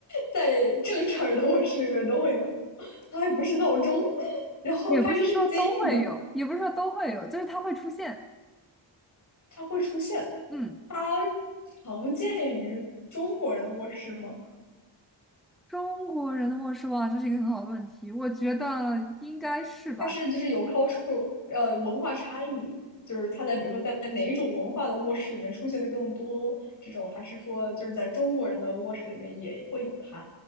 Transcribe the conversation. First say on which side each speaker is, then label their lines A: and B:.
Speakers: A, on the left (about 40°); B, in the centre.
A: 在正常人的卧室里面都会有，它还不是闹钟，<laughs> 然后它是坚硬的。
B: 也不是说都会有，也不是说都会有，就是它会出现。
A: 它会出现，
B: 嗯，
A: 它常见于中国人的卧室吗？
B: 中国人的卧室哇，这是一个很好的问题，我觉得应该是吧。
A: 它是就是有 c u l t u r e 呃文化差异，就是它在比如说在哪一种文化的卧室里面出现的更多，这种还是说就是在中国人的卧室里面也会有它，